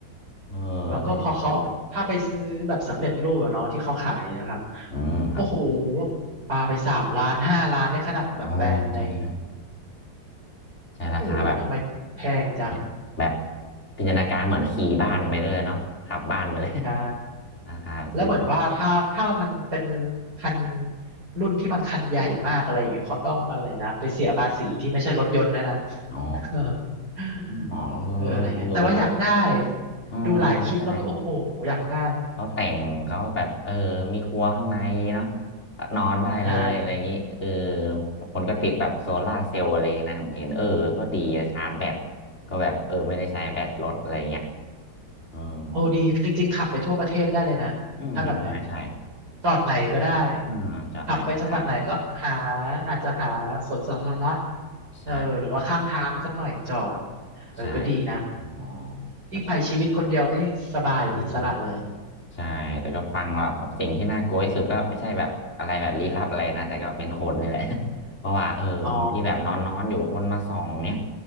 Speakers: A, on the left; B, on the right.
A: เออ
B: แล้วก็พอเขาถ้าไปซื้อแบบสำเร็จรูปอะเนาะที่เขาขายนะครับ
A: ถ้าจะต้องจับมาอืมครับ
B: โอ้โหปลาไปสามล้านห้าล้านเนี่ยขนาดแบบแบรนด์ใน
A: อ๋อใช่ใช่ใช่ราคาแบบ
B: โอ้โหทำไมแพงจัง
A: เนี่ยแบบพิจารณาการเหมือนขี่บ้านไปเลยเนาะขับบ้านไปเลย <laughs>
B: ใช่
A: ราคาซื้อบ้าน
B: แล้วเหมือนว่าถ้าถ้ามันเป็นคันรุ่นที่มันคันใหญ่มากอะไรอย่างเงี้ยเขาต้องอะไรนะไปเสียภาษีที่ไม่ใช่รถยนต์นะนะ
A: อ๋อ
B: <laughs>
A: อ๋อเออเออเออเนาะ
B: เอออะไรเงี้ยแต่ว่าอยากได้
A: อ๋ออ๋อใช่
B: ดูหลายคลิปแล้วก็โอ้โหอยากได้
A: เขาแต่งเขาแบบเออมีครัวข้างในเนาะนอนได้เลยอะไรอย่างนี้เออ
B: ใช่
A: คนก็ติดแบบโซลาร์เซลล์อะไรอย่างงี้นะผมเห็นเออก็ดีนะชาร์จแบตก็แบบเออไม่ได้ใช้แบตรถอะไรอย่างเงี้ย
B: อืม
A: อืม
B: โอ้ดีจริงๆขับไปทั่วประเทศได้เลยนะถ้าแบบเนี้ย
A: อืมใช่ใช่
B: จอดไหนก็ได้
A: อืมจากไหนก็ได้นะ
B: ขับไปจังหวัดไหนก็หาอาจจะหาสวนสาธารณะ
A: ใช่
B: เออหรือว่าข้างทางสักหน่อยจอดเออก็ดีนะ
A: ใช่อ๋อแต่
B: ยิ่งไปชีวิตคนเดียวนี่สบายอิสระเลย
A: อืม ใช่แต่ก็ฟังแบบแบบสิ่งที่น่ากลัวที่สุดก็ไม่ใช่แบบอะไรแบบลี้ลับอะไรนะแต่ก็เป็นคนนี่แหละ <laughs> เพราะว่าเออบางทีแบบนอนนอนอยู่คนมาส่องเนี้ย
B: อ๋อ